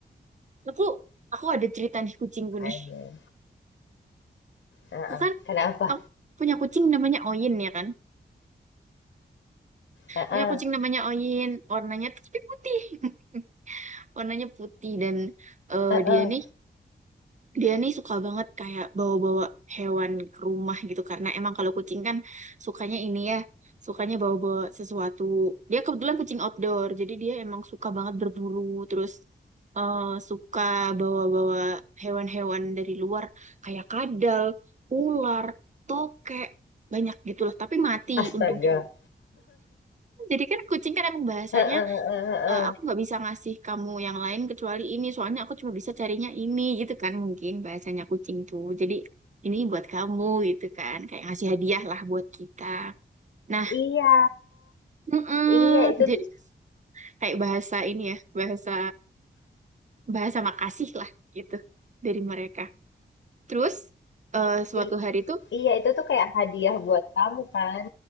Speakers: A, on the right; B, on the left.
A: Aku aku ada cerita nih kucingku
B: Makanya.
A: nih.
B: Heeh.
A: Aku kan
B: Kenapa?
A: Aku punya kucing namanya Oyin ya kan.
B: Heeh,
A: Punya kucing namanya Oyin, warnanya tuh tapi putih. <laughs> Warnanya putih dan eh,
B: heeh.
A: dia nih dia nih suka banget kayak bawa-bawa hewan ke rumah gitu karena emang kalau kucing kan sukanya ini ya, sukanya bawa-bawa sesuatu. Dia kebetulan kucing outdoor, jadi dia emang suka banget berburu terus eh, suka bawa-bawa hewan-hewan dari luar kayak kadal, ular, tokek banyak gitulah tapi mati
B: Astaga.
A: untungnya Jadi kan kucing kan emang bahasanya
B: Heeh, heeh, heeh.
A: "Eh, aku nggak bisa ngasih kamu yang lain kecuali ini, soalnya aku cuma bisa carinya ini gitu kan mungkin bahasanya kucing tuh. Jadi ini buat kamu gitu kan, kayak ngasih hadiah lah buat kita. Nah,
B: Iya,
A: mm-mm.
B: iya itu
A: Jadi
B: tuh
A: kayak bahasa ini ya, bahasa bahasa makasih lah gitu dari mereka. Terus eh, suatu
B: i-
A: hari tuh,
B: iya itu tuh kayak hadiah buat kamu kan.